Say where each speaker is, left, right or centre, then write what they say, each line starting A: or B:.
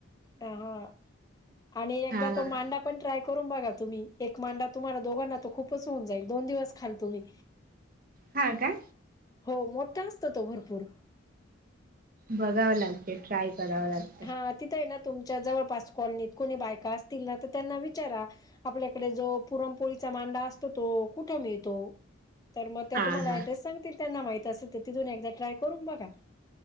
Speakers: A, on the left; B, on the right.
A: हो हो आणि एकदा
B: हा
A: तो मांडा ट्राय करून बघा तुम्ही एक मांडा तुम्हाला तर दोघांना तर खूप खूपच होऊन जाईल दोन दिवस खाल तुम्ही
B: हा का?
A: हो मोठा असतो तो भरपूर.
B: बघावं लागते ट्राय करावं लागते.
A: हा तिथ आहे ना तुमच्या जवळपास कॉलनीत कोणी बायका असतील ना तर त्यांना विचारा. आपल्याकडे जो पुरणपोळीचा मांडा असतो तो कुठं मिळतो. तर मग त्या
B: हा
A: तुम्हाला
B: हा
A: ऍड्रेस सांगतील त्यांना माहित असेल तर तिथून एकदा ट्राय करून बघा.